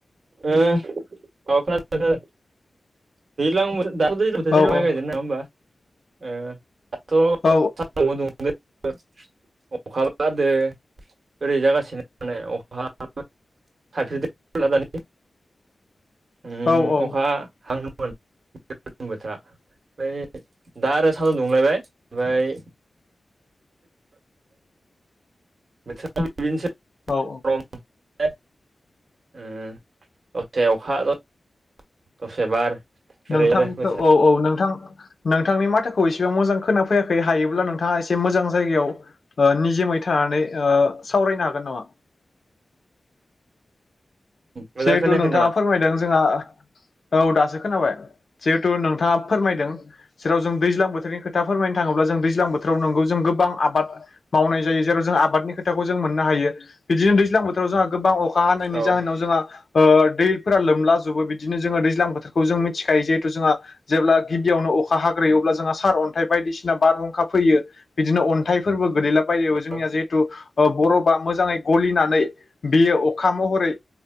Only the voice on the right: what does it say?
ओ औ खोनादों। दैज्लां बोथोर दाथ' दैज्लां बोथोर
जै माइ
गायदों नङा होमबा? ओ
दाथ' <unintelligible> अखाबो हादो। ओरै जागासिनो माने अखाबो <unintelligible> ओम
अखा हाङोमोन बोथोरा। ओमफ्राय दा आरो साहा दुंलायबाय ओमफ्राय
<unintelligible>
<unintelligible> उम दसे अखा द दसे बार ओरै
आरो बोथोर
मोजां
खोनायाखै
नामा
औ
औ